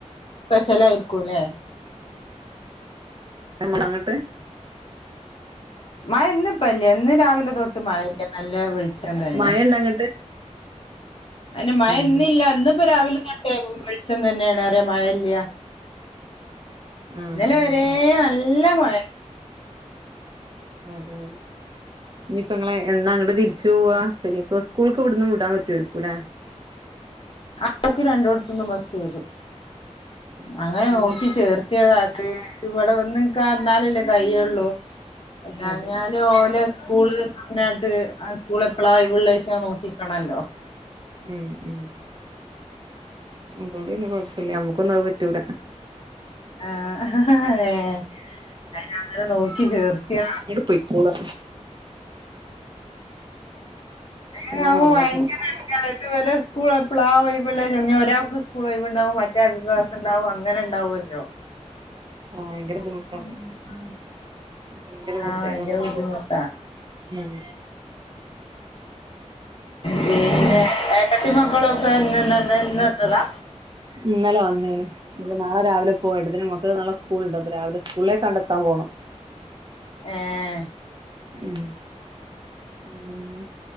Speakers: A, on the left; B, on the right.
A: സ്പെഷ്യലായിരിക്കൂല്ലെ?
B: <unintelligible> അങ്ങട്ട്
A: മയാ ഇന്ന് ഇപ്പല്ല. ഇന്ന് രാവിലെ തൊട്ട് മഴല്ല, നല്ല വെള്ച <unintelligible> തന്നെ
B: മഴ ഇണ്ട അങ്ങട്ട്
A: അയ്നു മഴ
B: ഉം
A: ഇന്നല്ല. ഇന്ന്പ്പ രാവിലെ <unintelligible> തന്നെയാണ് മഴ ഇല്ല.
B: ഉം ആഹ്
A: ഇന്നലെ
B: ആഹ്
A: വരേ നല്ല മഴ.
B: അതെ അതെ. ഇനിയിപ്പങ്ങളെ എന്നാ അങ്ങട്ട് തിരിച്ചു പോവാ? ശരി അപ്പൊ സ്കൂൾക്കും ഇവിടന്ന് വിടാൻ പറ്റോയിരിക്കൂല്ലേ?
A: ആ നോക്കി രണ്ടടത്തൊന്നും ബസ്‌ വരും
B: ഉം
A: അങ്ങനെ
B: അതോണ്ട് പിന്നെ
A: നോക്കി
B: കൊഴപ്പല്ല
A: ചേർത്തിയതാ അത് ഇവിടെ ഒന്നും കന്നാലല്ലേ കൈയ്യുള്ളൂ അല്ലാഞ്ഞാല്
B: അതെ അതെ
A: ഓലെ സ്കൂള് പറഞ്ഞായിട്ട് ആ സ്കൂള് എപ്പഴാ ഒഴിവിള്ളച്ച നോക്കിക്കണല്ലോ
B: ഉം ഉം അതുകൊണ്ട് പിന്നെ കൊഴപ്പില്ല നമ്മക്കൊന്നും അത് പറ്റൂല
A: ആഹ് അന അങ്ങനെ നോക്കി ചേർത്തിയ
B: പൊയ്ക്കോളാ
A: അങ്ങനാവുമ്പോ
B: അതാണ് നമ്മളൊക്കെ
A: ഭയങ്കര
B: പ്രശ്നം
A: എടുക്കായി വല <unintelligible> ഒരാൾക്ക് സ്കൂൾവൈബ് ഉണ്ടാവും മറ്റയാൾക്ക് ക്ലാസ് ഉണ്ടാവും അങ്ങനെ ഉണ്ടാവല്ലോ
B: ഭയങ്കര ബുദ്ധിമുട്ടാണ്
A: മ്മ് മ്മ്
B: ഭയങ്കര പൊറുതേടാണ്
A: ആ ഭയങ്കര
B: അങ്ങനെ
A: ബുദ്ധിമുട്ടാ
B: ഉം ഉം
A: പിന്നെ ഏട്ടത്തി മക്കളൊക്കെ ഇന്നന്ന ഇന്ന് വന്നതാ
B: ഇന്നല്ലെ വന്നേനു പിന്നെ നാളെ രാവിലെ പോയിട്ടത്തേന് മക്കക്ക് നാളെ സ്കൂളുണ്ട് അപ്പോ രാവിലെ സ്കൂളിലേ കണ്ടെത്താൻ പോകണം
A: ആഹ്‌
B: ഉം ഉം